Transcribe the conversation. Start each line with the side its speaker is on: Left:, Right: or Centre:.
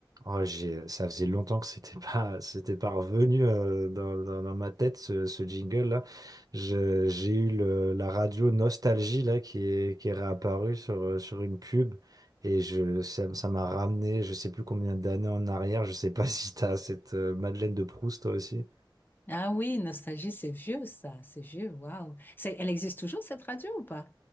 Right: Oh, j'ai, ça faisait longtemps que c'était pas, <laughs> c'était pas revenu euh, dans, dans- dans ma tête ce, ce jingle-là. Je- j'ai eu le- la radio Nostalgie là qui est, qui est réapparue sur, euh, sur une pub et je, ça, m- ça m'a ramené, je sais plus combien d'années en arrière. Je sais pas <laughs> si t'as cette euh, Madeleine de Proust toi aussi.
Left: Ah oui, Nostalgie, c'est vieux ça, c'est vieux, waouh. C'est- Elle existe toujours cette radio ou pas?